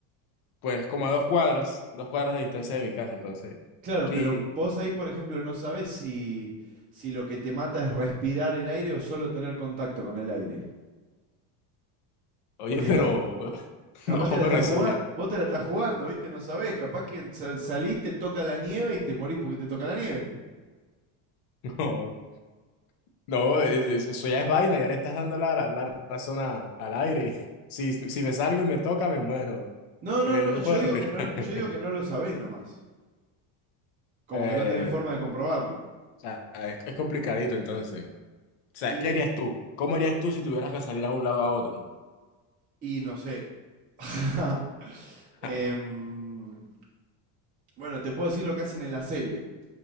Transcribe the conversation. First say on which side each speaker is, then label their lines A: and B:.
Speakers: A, on the left (about 70°); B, on the right (about 20°).
A: pues, como a dos cuadras, dos cuadras de distancia de mi casa. Entonces,
B: Claro,
A: sí,
B: pero vos ahí, por ejemplo, no sabés si, si lo que te mata es respirar el aire o solo tener contacto con el aire.
A: oye,
B: Porque
A: pero,
B: ca-
A: <laughs>
B: capaz
A: no,
B: te la
A: pero
B: estás
A: eso
B: jugando,
A: ya,
B: vos te la estás jugando, ¿viste? No sabés, capaz que sa- salís, te toca la nieve y te morís porque te toca la nieve.
A: <laughs> no, no, es- es- eso ya es vaina, ya le estás dando la, la razón a- al aire. <laughs> Si, si me salgo y me toca, me muero.
B: No, no,
A: Eh,
B: no,
A: no
B: yo
A: puedo
B: digo
A: respirar.
B: que no,
A: <laughs>
B: lo- yo digo que no lo sabés nomás. Como
A: Eh,
B: que no tenés forma de comprobarlo.
A: o sea, es, es complicadito entonces. O sea,
B: Y,
A: ¿qué
B: eh,
A: harías tú? ¿Cómo harías tú si tuvieras que salir a un lado a otro?
B: y no sé. <laughs> Em,
A: <laughs>
B: bueno, te puedo decir lo que hacen en la serie.